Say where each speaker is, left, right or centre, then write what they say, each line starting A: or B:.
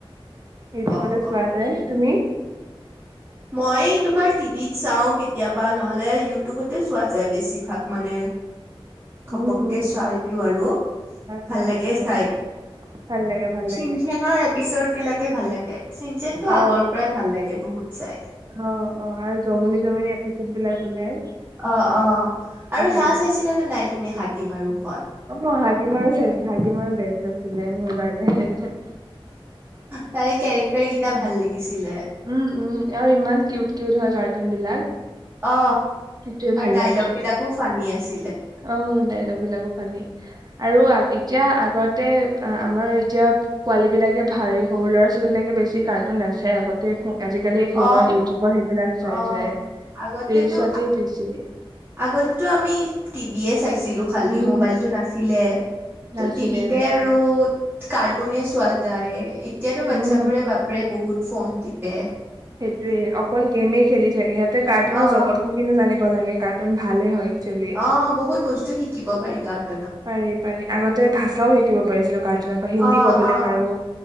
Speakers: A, on the right; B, on the right.
A: ইউটিউবতে
B: অ',
A: চোৱা
B: অ',
A: যায়। তুমি?
B: মই তোমাৰ টিভিত। চাওঁ কেতিয়াবা নহ'লে ইউটোবতে চোৱা যায় বেছিভাগ মানে, খপককে
A: উম উম।
B: চাই দিওঁ। আৰু ভাল
A: চোৱা
B: লাগে
A: যায় হয়
B: চাই।
A: ভাল লাগে ভাল
B: চিন
A: লাগে
B: চেনৰ এপিচদ বিলাক। তে ভাল লাগে। চিনচেন টো
A: অ
B: আগৰ পৰাই ভাল লাগে বহুত। চাই।
A: অ', অ', আৰু জমনি জমনি এপিচড বিলাক। ওলাই।
B: অ', অ', আৰু
A: ভাল
B: সেয়া
A: লাগে।
B: চাইছিলা নে নাই তুমি হাগ। গি মাৰো সত।
A: অ', হাগি মাৰো চাইছিলো হাগি মাৰো বেষ্ট আছিলে মোৰ কাৰণে হে, হে।
B: তাই কেৰেক্টাৰ কেইটা ভাল লাগিছিলে
A: উম উম আৰু ইমান কিউট কিউট হয় কাৰ্টুন বিলাক।
B: অ
A: সেইটোৱে ভাল
B: আৰু
A: লাগে
B: লগ বিলাকো ফানি আছিল।
A: অ ডাইলগ বিলাকো ফণী আৰু। এতিয়া আগতে আমাৰ এতিয়া পোৱালী বিলাকে ভাৰী সৰু ল'ৰা ছোৱালী বিলাকে বেছি কাৰ্টো নাচায় আগতে। আজিকালি ফোনত
B: অ
A: ইউটিউবত সেইবিলাক চাই
B: অ আ
A: যায়
B: আগতেতো
A: ৰিলচতে বেছি
B: আগতেতো আমি। B S I. চিলো খালী
A: উম
B: মোবাইল তো নাচিলে
A: নাছিলে
B: তিভী
A: নাছিলে
B: আৰু কাৰ্টুনো চোৱা যায়। এতিয়াতো
A: উম
B: বাচ্ছাবোৰে বাপেৰে বহুত। ফোন তিপে।
A: সেইটোয়ে অকল গেমেই খেলি থাকে। সিহঁতে কাৰ্টুন
B: অ',
A: জগতখন কিন্তু জান। লাগে কাৰ্টুন ভালে হয়। একচুৱেলি
B: অ বহুত বস্তু শিকিব পাৰি তাত।
A: পাৰি পাৰি আগতে ভাষাও শিকিব পাৰিছিলো কাৰ্টুনৰ পৰা হিন্দী
B: অ',
A: কবলৈ
B: অ',
A: পাৰো,